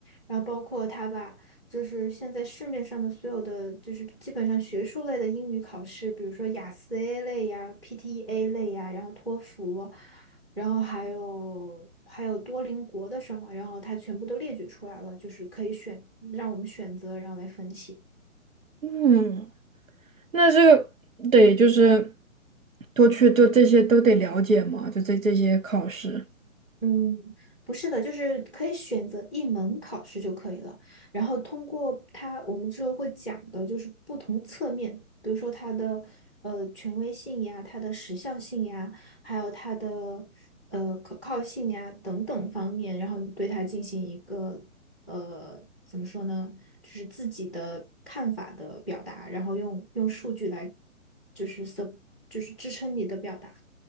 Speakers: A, in the centre; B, on the right.
A: 然后包括他把就是现在市面上的所有的，就是基本上学术类的英语考试，比如说雅思 A 类呀、PTE-A 类呀，然后托福，然后还有还有多邻国的什么，然后它全部都列举出来了，就是可以选，让我们选择，然后来分析。
B: 嗯，那这个得就是多去做这些都得了解嘛，就这这些考试。
A: 嗯，不是的，就是可以选择一门考试就可以了。然后通过它，我们之后会讲的就是不同侧面，比如说它的呃权威性呀、它的时效性呀，还有它的呃可靠性呀等等方面，然后你对它进行一个呃怎么说呢，就是自己的看法的表达，然后用用数据来就是 s 就是支撑你的表达。